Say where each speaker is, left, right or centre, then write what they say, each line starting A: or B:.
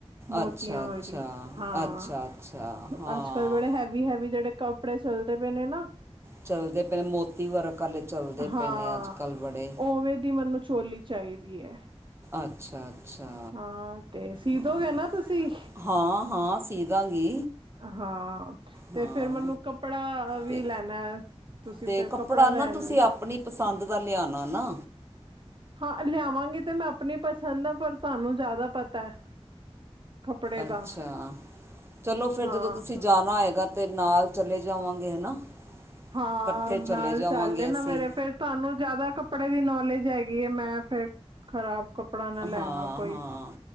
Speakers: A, on the right; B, on the right.
A: ਮੋਤੀਆਂ
B: ਅੱਛਾ -ਅੱਛਾ-
A: ਵਾਲੀ ਹਾਂ
B: ਅੱਛਾ -ਅੱਛਾ ਹਾਂ
A: ਅੱਜ ਕੱਲ ਬੜੇ ਹੈਵੀ ਹੈਵੀ ਜਿਹੜੇ ਕੱਪੜੇ ਚੱਲਦੇ ਪਏ ਨੇ ਨਾ
B: ਚੱਲਦੇ ਪਏ ਨੇ ਮੋਤੀ ਵਰਕ ਆਲੇ ਚੱਲਦੇ
A: ਹਾਂ
B: ਪਏ ਨੇ ਅੱਜ ਕੱਲ੍ਹ ਬੜੇ
A: ਉਵੇਂ ਦੀ ਮੈਨੂੰ ਚੋਲੀ ਚਾਹੀਦੀ ਹੈ
B: ਅੱਛਾ ਅੱਛਾ
A: ਹਾਂ ਤੇ ਸੀ
B: ਹਾਂ
A: ਦੋਗੇ ਨਾ ਤੁਸੀਂ
B: ਹਾਂ ਹਾਂ ਸੀ ਦਾਂਗੀ
A: ਹਾਂ ਤੇ
B: ਹਾਂ
A: ਫਿਰ ਮੈਨੂੰ ਕੱਪੜਾ ਵੀ
B: ਤੇ
A: ਲੈਣਾ ਹੈ ਤੁਸੀਂ
B: ਤੇ
A: ਫਿਰ ਕੱਪੜਾ
B: ਨਾ
A: ਲੈਣ
B: ਤੁਸੀਂ
A: ਵੀ
B: ਆਪਣੀ ਪਸੰਦ ਦਾ ਲਿਆਣਾ ਨਾ
A: ਹਾਂ ਲਿਆਵਾਂਗੀ ਤੇ ਮੈਂ ਆਪਣੀ ਪਸੰਦ ਦਾ ਪਰ ਤੁਹਾਨੂੰ ਜ਼ਿਆਦਾ ਪਤਾ ਹੈ ਕੱਪੜੇ ਦਾ
B: ਅੱਛਾ ਚਲੋ ਫਿਰ
A: ਹਾਂ
B: ਜਦੋਂ ਤੁਸੀਂ ਜਾਣਾ ਹੈਏਗਾ ਤੇ ਨਾਲ ਚਲੇ ਜਾਵਾਂਗੇ ਹਨਾ
A: ਹਾਂ
B: ਇਕੱਠੇ ਚਲੇ
A: ਨਾਲ
B: ਜਾਵਾਂਗੇ
A: ਚੱਲ ਲੇਨਾ
B: ਅਸੀਂ
A: ਮੇਰੇ ਫੇਰ ਤੁਹਾਨੂੰ ਜਿਆਦਾ ਕੱਪੜੇ ਦੀ ਨੌਲੇਜ ਹੈਗੀ ਮੈਂ ਫੇਰ ਖਰਾਬ ਕਪ ਕੱਪੜਾ ਨਾ
B: ਹਾਂ
A: ਲੈਵਾਂ ਕੋਈ
B: ਹਾਂ